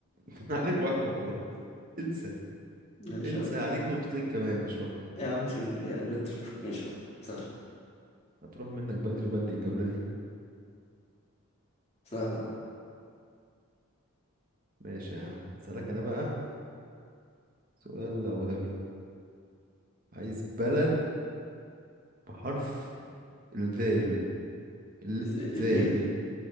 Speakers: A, on the right; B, on the left.
A: <laughs> عليك واحدة والله انسى
B: ماشي
A: انسى
B: يا عم
A: عليك نقطتين كمان مش واحدة
B: يا عم خل يا اللي انت شايفه ماشي يا عم سهل
A: هتروح منك بدري بدري الجولة دي
B: سهل يا عم
A: ماشي يا عم اسألك انا بقى سؤال لا ولا بيه عايز بلد بحرف الذال الذال
B: ال- الايه